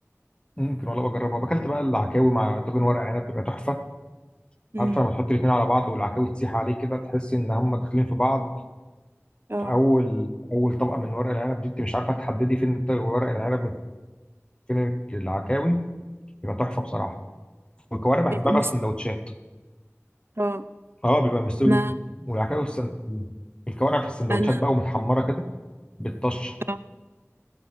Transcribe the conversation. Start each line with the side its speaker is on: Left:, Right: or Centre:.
Left: ممكن ولا بجربه اكلت بقى العكاوي مع طاجن ورق عنب بيبقى تحفه
Right: امم
Left: عارفه لما تحط الاثنين على بعض والعكاوي تسيح عليه كده تحس ان هم داخلين في بعض
Right: اه
Left: في اول اول طبقه من ورق العنب دي انت مش عارفه تحددي فين الط- ورق العنب من فين العكاوي بيبقى تحفه بصراحه والكوارع بحبها
Right: بيبقوا
Left: بقى
Right: مست
Left: في سندوتشات
Right: اه
Left: اه بيبقى مستوي
Right: انا
Left: جدا والعكاوي في السندوتشات الكوارع في السندوتشات
Right: انا
Left: بقى ومتحمره كده بالطشه
Right: اه